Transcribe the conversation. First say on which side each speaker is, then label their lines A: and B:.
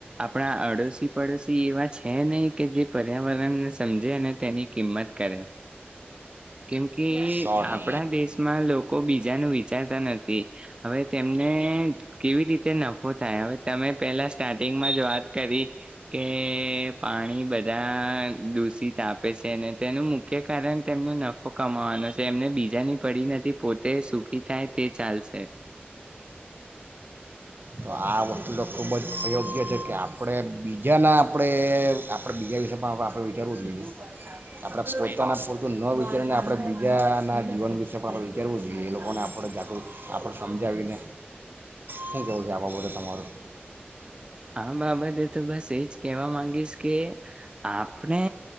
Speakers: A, on the right; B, on the right.
A: આપણા અડોશી પડોશી એવા છે નહી કે જે પર્યાવરણને સમજે અને તેની કિંમત કરે કેમ કે
B: સો ટકા
A: આપણા દેશમાં માં લોકો બીજ વિચારતા નથી હવે તેમને કેવી રીતે નફો થાય હવે તમે પેલા સ્ટાર્ટિંગમાં જ વાત કરી કે પાણી બધા દૂષિત આપે છે. અનેને તેનું મુખ્ય કારણ તેમનો નફો કમાવાનો છે એમને બીજાની પડી. નથી પો તે સુખી થાય તે ચાલશે.
B: તો આ વસ્તુ તો ખૂબ જ અયોગ્ય છે કે આપણે બીજાના આપણે આપણે બીજા વિશે પણ આપણે વિચારવું જોઈએ આપણે પોતાના પૂરતું ન વિચારીને આપણે બીજાના જીવન વિશે. પણ આપણે વિચારવું જોઈએ એ લોકોને આપણે જાગૃત આપણે સમજાવીને થેંક છે, આવવા બધે તમારું
A: આ બાબતે તો બસ એજ કહેવા માંગીશ કે આપણે